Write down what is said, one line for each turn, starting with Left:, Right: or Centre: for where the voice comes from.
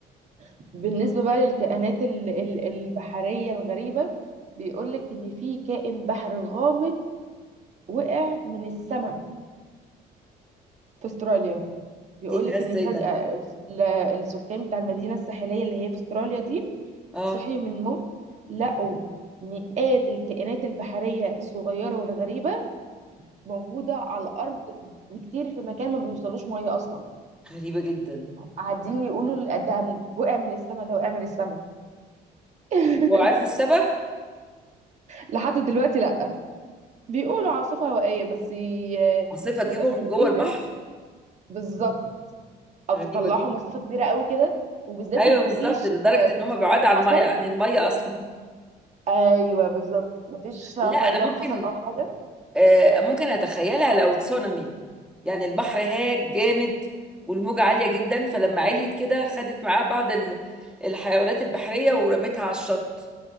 Right: بالنسبة بقى للكائنات ال- ال- البحرية الغريبة بيقولك إن في كائن بحر غامض وقع من السماء في استراليا بيقولك
Centre: ايه ده ازاي
Right: إن فجأة
Centre: ده
Right: ال- السكان بتاع المدينة الساحلية اللي هي في استراليا دي
Centre: اه
Right: صحيوا من النوم لقوا مئات الكائنات البحرية الصغيرة والغريبة موجودة على الأرض بكتير في مكان ما بيوصلوش مية أصلا
Centre: غريبه جدا
Right: قاعدين يقولوا ده وقع من السما ده وقع من السما <laughs>
Centre: طب وعارفه السبب
Right: لحد دلوقتي لا بيقولوا عاصفة هوائية بس ي-
Centre: عاصفه تجيبهم
Right: بس
Centre: من
Right: في
Centre: جوه البحر
Right: ناس بالظبط او
Centre: غريبه
Right: تطلعوا
Centre: جدا
Right: مسافة كبيرة قوي كده وبالذات
Centre: ايوه
Right: ان
Centre: بالظبط
Right: مفيش
Centre: لدرجه
Right: آه،
Centre: ان هم
Right: تسونامي
Centre: بعاد عن
Right: حصل
Centre: الميه عن الميه اصلا
Right: ايوه بالظبط مفيش آه،
Centre: لا
Right: فيضان
Centre: انا ممكن
Right: حصل او حاجة
Centre: آه، ممكن اتخيلها لو تسونامي يعني البحر هاج جامد والموجه عاليه جدا فلما عليت كده خدت معاه بعض ال- الحيوانات البحريه ورمتها على الشط